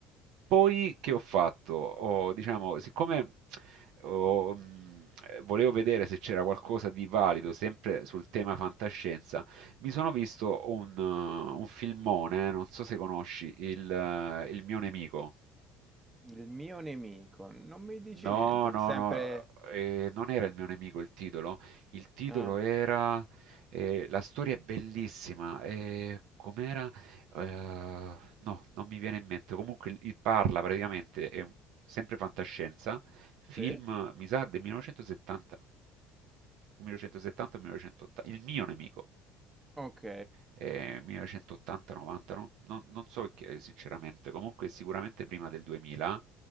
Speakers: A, on the right (about 70°); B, on the right (about 20°).
A: poi che ho fatto? Ho, diciamo, siccome ho, mh, eh, volevo vedere se c'era qualcosa di valido sempre sul tema fantascienza, mi sono visto un, eh, un filmone, non so se conosci, il, eh, il mio nemico.
B: Il mio nemico non mi dice
A: No,
B: niente, ma
A: no,
B: è sempre...
A: no, eh, non era il mio nemico il titolo. Il titolo
B: Ah,
A: era eh, La storia è bellissima. eh, com'era? Eh, no, non mi viene in mente. Comunque il, il parla praticamente, è un- sempre fantascienza, film,
B: sì?
A: mi sa, del 1970. 1970-1980. Il mio nemico
B: Ok,
A: eh, 1980-90, non, non- non so che- sinceramente, comunque sicuramente prima del 2000.